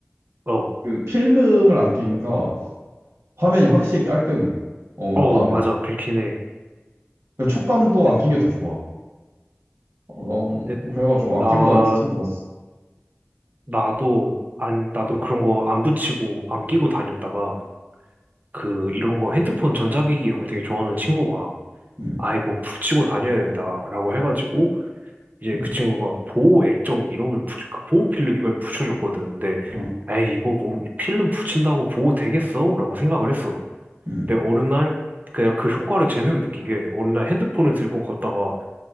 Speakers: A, on the right; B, on the right.
A: 어,
B: 그 필름을 안 끼니까 화면이 확실히 깔끔해. 어,
A: 어,
B: 마음에
A: 맞아,
B: 들어.
A: 그렇긴 해.
B: 그 촉감도
A: 네,
B: 안 낀 게 더 좋아. 어, 무
A: 네,
B: 그래가지고
A: 나,
B: 안 끼고 다니면서 참 좋았어.
A: 나도, 안, 나도 그런 거 안 붙이고, 안 끼고 다녔다가, 그, 이런 거 핸드폰 전자기기 이런 거 되게 좋아하는 친구가,
B: 음,
A: 아, 이거 붙이고 다녀야 된다라고 해가지고, 이제
B: 음,
A: 그 친구가 보호 액정 이런 걸 붙여, 그 보호 필름 이걸 붙여줬거든. 근데,
B: 어,
A: 에이, 이거 뭐, 필름 붙인다고 보호 되겠어? 라고 생각을 했어.
B: 음,
A: 근데 어느 날 그냥 그 효과를 제대로 느낀 게 어느 날 핸드폰을 들고 걷다가